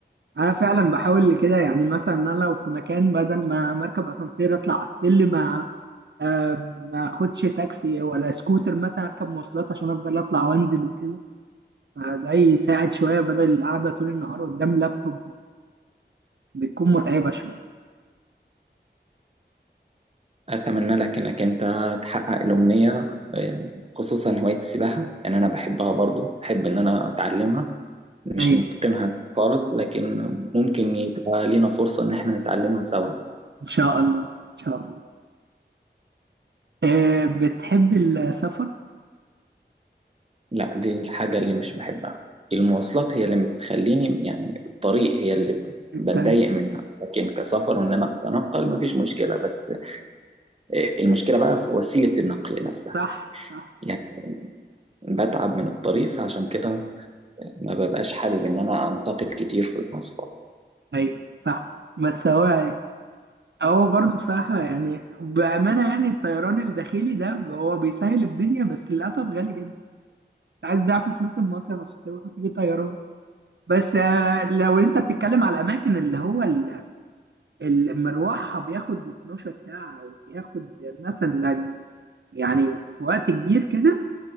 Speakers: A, on the right; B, on the right.
A: انا فعلا بحاول كده يعني مثلا انا لو في مكان بدل ما مركب اسانسير اطلع على السلم آه، آه، ما اخدش تاكسي ولا سكوتر مثلا اركب مواصلات عشان افضل اطلع وانزل وكده فده يساعد شويه بدل القعده طول النهار قدام لابتوب بتكون متعبه شويه
B: أتمنى لك إنك أنت تحقق الأمنية آه، خصوصا هواية السباحة يعني أنا بحبها برضو بحب إن أنا أتعلمها مش
A: ايوه
B: نتقنها خالص لكن ممكن يبقى لينا فرصة إن إحنا نتعلمها سوا
A: ان شاء الله ان شاء الله آه، بتحب السفر
B: لا دي الحاجة اللي مش بحبها المواصلات هي اللي بتخليني يعني الطريق هي اللي
A: الطريق
B: بتضايق منها لكن كسفر وإن أنا أتنقل مفيش مشكلة بس آه، المشكلة بقى في وسيلة النقل نفسها
A: صح صح
B: يعني بتعب من الطريق فعشان كده ما ببقاش حابب إن أنا أنتقل كتير في المواصلات
A: ايوه صح بس هو هو برضه بصراحة يعني بأمانة يعني الطيران الداخلي ده هو بيسهل الدنيا بس للأسف غالي جدا انت عايز ضعف فلوس المصيف عشان تروح وتيجي طيران بس آه، لو انت بتتكلم على الأماكن اللي هو ال- ال- مروحها بياخد 12 ساعة أو بياخد مثلا يعني في وقت كبير كده